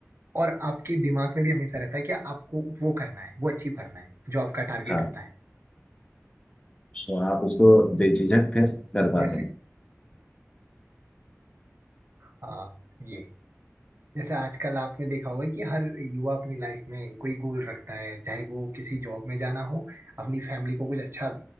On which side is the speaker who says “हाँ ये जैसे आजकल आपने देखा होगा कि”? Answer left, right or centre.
Right